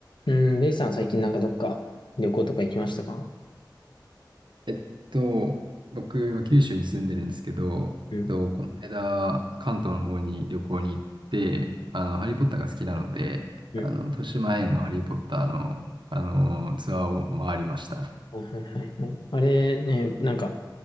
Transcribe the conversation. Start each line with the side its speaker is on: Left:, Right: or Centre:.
Left: うん、レイさん最近なんかどっか旅行とか行きましたか
Right: えっと、僕、今、九州に住んでるんですけど、
Left: うん、
Right: えっと、この間、関東の方に旅行に行って、あの、ハリー・ポッターが好きなので、
Left: うん、
Right: あの、豊島園のハリー・ポッターの、あの、ツアーを回りましたね
Left: はいはいはいはい。あれね、なんか